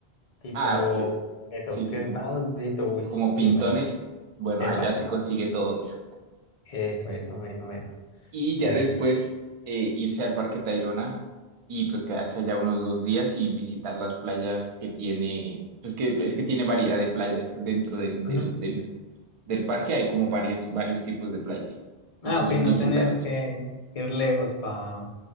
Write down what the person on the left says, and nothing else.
Tipo,
eso,
que
estamos
diciendo, uy,
chimba,
chimba.
Epa,
epa.
Eso, eso, bueno, bueno.
Sigue,
sigue.
Ujú.
Ah, ok, no
tenés que ir lejos para